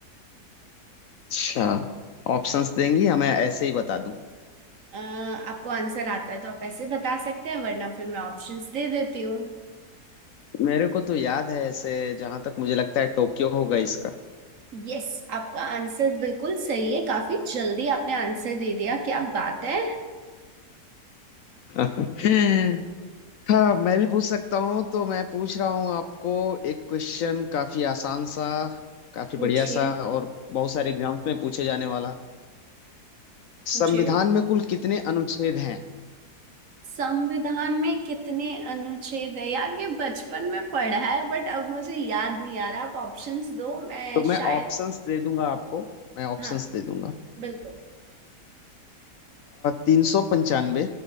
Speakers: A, on the left (about 65°); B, on the right (about 55°).
A: अच्छा ऑप्शंस देंगी हमें ऐसे ही बता दूं
B: अ, आपको आंसर आता है तो आप ऐसे बता सकते हैं वरना फिर मैं ऑप्शंस दे देती हूँ
A: मेरे को तो याद है ऐसे जहां तक मुझे लगता है टोक्यो होगा इसका
B: यस आपका आंसर बिल्कुल सही है काफी जल्दी आपने आंसर दे दिया क्या बात है
A: <laughs> हाँ मैं भी पूछ सकता हूँ तो मैं पूछ रहा हूँ आपको एक क्वेश्चन काफी आसान सा काफी
B: पूछिए
A: बढ़िया सा और बहुत सारे एग्जाम्स में पूछे जाने वाला संविधान
B: पूछिए
A: में कुल कितने अनुच्छेद हैं
B: संविधान में कितने अनुच्छेद है यार ये बचपन में पढ़ा है बट अब मुझे याद नहीं आ रहा आप ऑप्शंस दो मैं
A: तो मैं
B: शायद
A: ऑप्शंस दे दूंगा आपको मैं ऑप्शंस
B: हाँ
A: दे दूंगा
B: बिल्कुल
A: तीन सौ पंचानवे